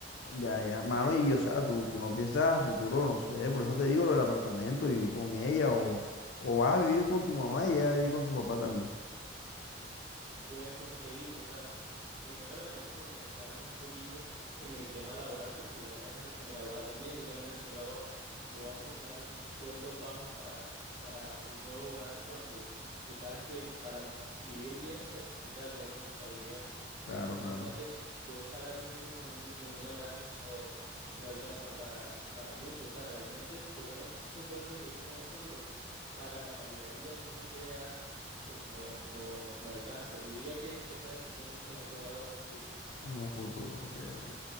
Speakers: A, on the left (about 75°); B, on the right (about 30°).
A: ya, ya, mano, y o sea, tú, tú no piensas a futuro, no sé, por eso te digo lo del apartamento, vivir con ella o, o vas a vivir con tu mamá y ella va a vivir con su papá también.
B: Pues como te digo, o sea, primero deberíamos organizarnos un poquito en el tema laboral porque ya apenas es recién graduada también, yo también recién graduado, no vamos a usar unos sueldos bajos para, para un nuevo hogar cuando tú sabes que para vivir bien se necesita tener una estabilidad. Entonces
A: Claro,
B: imagínate
A: claro,
B: dos salarios mínimos en, un- en una casa, eso no, no alcanza para, para mucho. O sea, realmente, obviamente sí se puede sobrevivir con eso, pero para la calidad de vida que uno quiere dar pues no, no, no alcanza. Yo diría que esa decisión mejor tomarla en un futuro.
A: en un futuro, ok, ok.